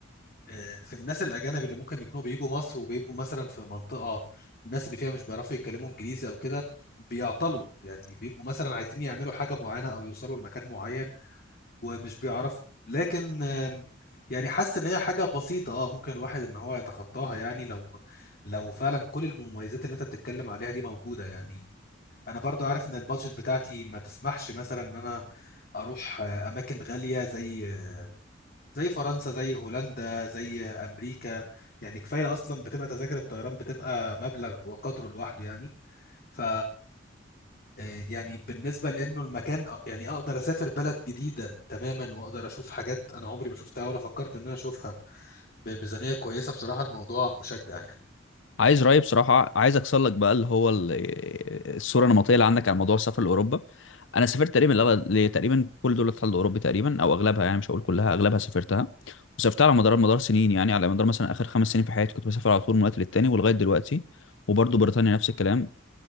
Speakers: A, on the left (about 50°); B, on the left (about 70°).
A: آه، في الناس الاجانب اللي ممكن يكونوا بيجوا مصر وبيبقوا مثلا في منطقه الناس اللي فيها مش بيعرفوا يتكلموا انجليزي او كده بيعطلوا يعني بيبقوا مثلا عايزين يعملوا حاجه معينه او يوصلوا لمكان معين ومش بيعرفوا لكن آم، يعني حاسس ان هي حاجه بسيطه اه ممكن الواحد ان هو يتخطاها يعني لو لو فعلا كل المميزات اللي انت بتتكلم عليها دي موجوده يعني انا برضو عارف ان البادجت بتاعتي ما تسمحش مثلا ان انا اروح آه، اماكن غاليه زي زي فرنسا زي هولندا زي امريكا يعني كفايه اصلا بتبقى تذاكر الطيران بتبقى مبلغ وقدره لوحده يعني ف آه، يعني بالنسبة لأنه المكان أ- يعني أقدر أسافر بلد جديدة تماما وأقدر أشوف حاجات أنا عمري ما شفتها ولا فكرت إن أنا أشوفها بميزانية كويسة بصراحة الموضوع مشجع يعني
B: عايز رأيي بصراحة عايز أكسر لك بقى اللي هو ال- الصورة النمطية اللي عندك عن موضوع السفر لأوروبا أنا سافرت تقريبا لأغ- لتقريبا كل دول الاتحاد الأوروبي تقريبا أو أغلبها يعني مش هقول كلها أغلبها سافرتها وسافرتها على مدار مدار سنين يعني على مدار مثلا آخر خمس سنين في حياتي كنت بسافر على طول من وقت للتاني ولغاية دلوقتي وبرضه بريطانيا نفس الكلام